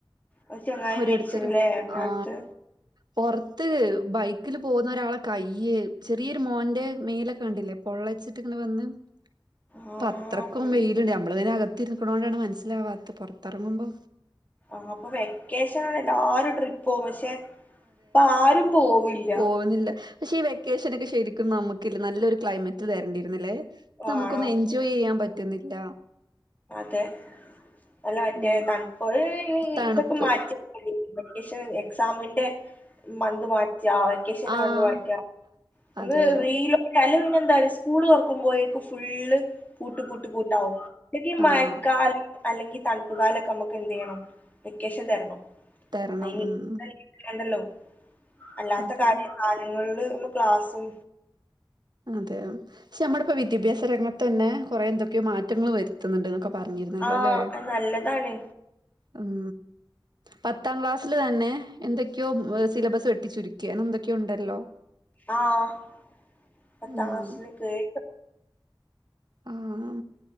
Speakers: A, on the left; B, on the right.
A: ഒരു ചെങ്ങായി
B: ഓരോട്തര്
A: മരിച്ചില്ലേ എറണാകുളത്ത്
B: ആ പൊർ ത്ത് ബൈക്കില് പോകുന്ന ഒരാളെ കൈയ്യ ചെറിയൊരു മോന്റെ മേലൊക്കെ കണ്ടില്ലേ പൊള്ളച്ചിട്ടിങ്ങനെ വന്ന്
A: ആഹ്
B: അപ്പൊ അത്രയ്ക്കും
A: പേടി
B: വെയിലുണ്ട് നമ്മള് പിന്നെ അകത്ത് ഇരിക്കണോണ്ടാണ് മനസിലാവാത്തത് പുറത്തിറങ്ങുമ്പോ
A: ആഹ് അപ്പൊ വെക്കേഷനാണ് എല്ലാരും ട്രിപ്പ് പോകും പക്ഷെ ഇപ്പ ആരും പോവില്ല
B: പോവുന്നില്ല പക്ഷെ ഈ വെക്കേഷൻ ഒക്കെ ശരിക്കും നമുക്ക് നല്ലൊരു ക്ലൈമറ്റ് തരേണ്ടിരുന്നില്ലേ നമുക്കൊന്ന്
A: ആണോ
B: എൻ ജോയ് ചെയ്യാൻ പറ്റുന്നില്ല
A: അതെ അല്ല മറ്റേ
B: ഫുൾ
A: തണപ്പൊ <unintelligible>
B: തണുപ്പ്
A: ഇതൊക്കെ മാറ്റി <unintelligible> വെക്കേഷൻ എക്സാമിന്റെ മന്ത് മാറ്റിയ ആ വെക്കേഷന്റെ
B: ആഹ്
A: മന്ത് മാറ്റ ഒന്ന്
B: അതെ
A: റീല് അല്ലെ പിന്നെ എന്താറിയോ സ്കൂള് തുറക്കുമ്പോഴേക്ക് ഫുള്ള് പൂട്ട് പൂട്ട് പൂട്ടാവും അല്ലെങ്കിൽ മഴക്കാലം
B: ആഹ്
A: അല്ലെങ്കിൽ തണുപ്പ് കാലൊക്കെ നമ്മുക്ക് എന്ത് ചെയ്യണം വെക്കേഷൻ തരണം
B: തരണം
A: അയ്ന്
B: ഉം
A: നിക്കണ്ടല്ലോ അല്ലാത്ത
B: അതെ
A: കാര്യ കാലങ്ങളില് <unintelligible> ക്ലാസും
B: അതെ പക്ഷെ നമ്മുടെ ഇപ്പോ വിദ്യാഭ്യാസ രംഗത്ത് തന്നെ കൊറെ എന്തൊക്കെയോ മാറ്റങ്ങൾ വരുത്തുന്നുണ്ട്ക്കെ പറഞ്ഞിരുന്നല്ലോ
A: ആഹ്
B: അല്ലേ
A: നല്ലതാണ്
B: ഉം പത്താം ക്ലാസ്സിൽ തന്നെ എന്തൊക്കെയോ സിലബസ് വെട്ടിച്ചുരുക്കെ അങ്ങനെ എന്തൊക്കെയോ ഇണ്ടല്ലോ
A: ആഹ് പത്താം
B: ഉം
A: ക്ലാസ്സിൽ കേട്ടു
B: ആഹ്